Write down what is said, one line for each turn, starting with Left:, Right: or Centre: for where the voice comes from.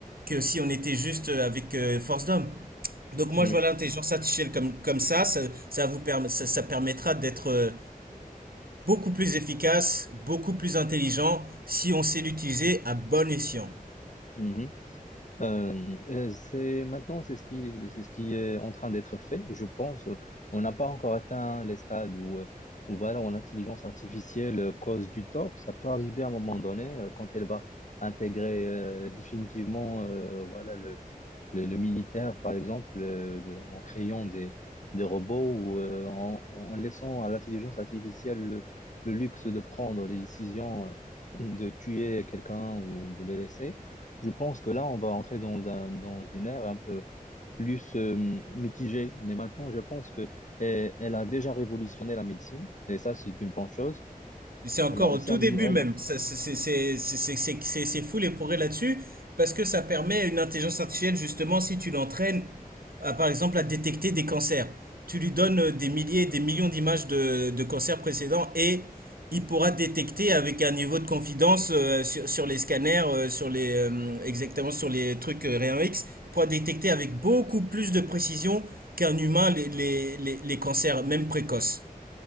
Right: que si on était juste euh, avec euh, force d'homme. Donc moi
Left: Oui.
Right: je vois l'intelligence artificielle comme, comme ça, ça, ça vous permet, ça, ça permettra d'être euh, beaucoup plus efficace, beaucoup plus intelligent si on sait l'utiliser à bon escient.
Left: Mhm. Euh, euh, c'est maintenant, c'est ce qui, c'est ce qui est en train d'être fait. Je pense, euh, on n'a pas encore atteint les stades où, euh, où voilà, où l'intelligence artificielle euh, cause du tort. Ça peut arriver à un moment donné euh, quand elle va intégrer euh, définitivement, euh, voilà, le, le, le militaire, par exemple, euh, de- en créant des, des robots ou euh, en, en laissant à l'intelligence artificielle le, le luxe de prendre des décisions, euh, de tuer quelqu'un ou de le laisser. Je pense que là, on va entrer dans un, dans une ère un peu plus euh, mitigée. Mais maintenant, je pense que euh, elle a déjà révolutionné la médecine. Et ça, c'est une bonne chose.
Right: C'est encore
Left: Elle a aussi
Right: au tout
Left: amélioré
Right: début même.
Left: là.
Right: Ça, C'est c'est- c'est- c'est- c'est- c'est- c'est- c'est fou les progrès là-dessus, parce que ça permet à une intelligence artificielle, justement, si tu l'entraînes, à, par exemple, à détecter des cancers. Tu lui donnes euh, des milliers, des millions d'images de, de cancers précédents et il pourra détecter avec un niveau de confidence euh, sur, sur les scanners, euh, sur les, euh, exactement sur les trucs euh, rayon X, il pourra détecter avec beaucoup plus de précision qu'un humain les, les les- les cancers, même précoces.